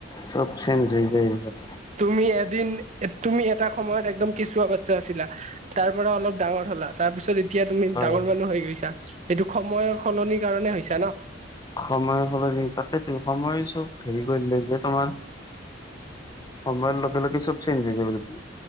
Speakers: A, on the left; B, on the right.
A: চব চেঞ্জ হৈ যায় এইবিলাক।
B: তুমি এদিন তুমি এটা সময়ত একদম কেঁচুৱা বাচ্ছা আছিলা। তাৰপৰা অলপ ডাঙৰ হ'লা তাৰপিছত এ এতিয়া তুমি
A: হয়
B: ডাঙৰ মানুহ হৈ গৈছা, সেইটো সময়ৰ সলনিৰ কাৰণে হৈছা ন!
A: সময়ৰ সলনি তাতেতো সময় চব হেৰি কৰি লৈ যে তোমাৰ সময়ৰ লগে, লগে চব চেঞ্জ হৈ যাব লাগে।